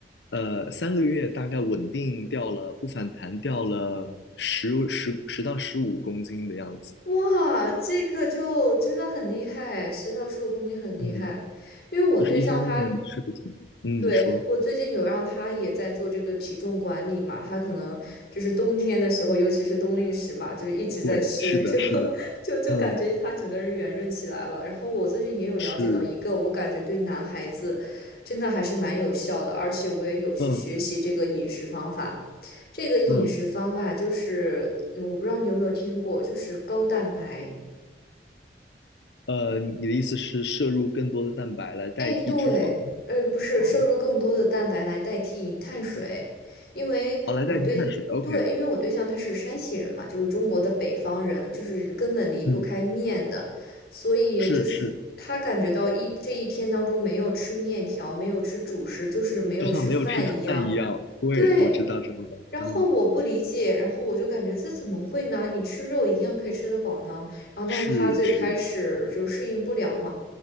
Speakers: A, on the left; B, on the left.
A: 呃，三个月大概稳定掉了，不反弹掉了十十十到十五公斤的样子。
B: 哇，这个就真的很厉害，十到十五公斤很厉害。
A: 嗯，
B: 因为我对象他
A: 就是一方面是不挺，嗯，
B: 对，
A: 你说，
B: 我最近有让他也在做这个体重管理嘛，他可能就是冬天的时候，尤其是冬令时嘛，就是一直在吃，
A: 对，是的，
B: 就
A: 是的，
B: <laughs> 就就感觉他整个人圆润起来了。
A: 嗯，
B: 然后我最近也有了解到一个，
A: 是，
B: 我感觉对男孩子真的还是蛮有效的，而且我也有去学习这个饮食方法。
A: 嗯
B: 这个饮食方法就是，
A: 嗯，
B: 嗯我不知道你有没有听过，就是高蛋白。
A: 呃，你的意思是摄入更多的蛋白来代替脂肪，
B: 哎，对，呃，不是摄入更多的蛋白来代替碳水，
A: 脂肪，
B: 因为我对对，
A: 好，来代替碳水，OK，
B: 因为我对象他是山西人嘛，就是中国的北方人，就是根本离不开面的，
A: 嗯。
B: 所以就是他感觉到一这一天当中没有吃面条，
A: 是是，
B: 没有吃主食，就是没有吃饭一样。
A: 就像没有吃饭一样。对，
B: 对，
A: 我知道这种感觉。
B: 然后我不理解，
A: 嗯，
B: 然后我就感觉这怎么会呢？你吃肉一样可以吃得饱呢？然后但是他最开始就适应不了嘛。
A: 是是，